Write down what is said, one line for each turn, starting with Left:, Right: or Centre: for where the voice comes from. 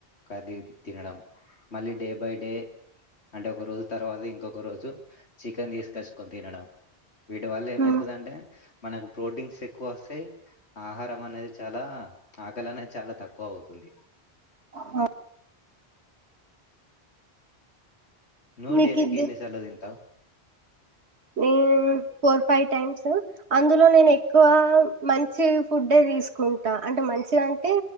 Left: కర్రీ తినడం మళ్ళీ డే బై డే అంటే ఒక రోజు తర్వాత ఇంకొక రోజు చికెన్ తీసుకొచ్చుకొని తినడం వీటి వల్ల ఏమైతుందింటే
Right: మ్
Left: మనకు ప్రోటీన్స్ ఎక్కువ వస్తాయి ఆహారం అనేది చాలా ఆకలి అనేది చాలా తక్కువ అవుతుంది
Right: ఆ
Left: నువ్వు
Right: మీకు
Left: డైలీకి
Right: ఇది
Left: ఎన్ని సార్లు తింటావు
Right: నేను ఫోర్ ఫైవ్ టైమ్స్ అందులో నేను ఎక్కువ మంచి ఫుడ్ తీసుకుంటా అంటే మంచి అంటే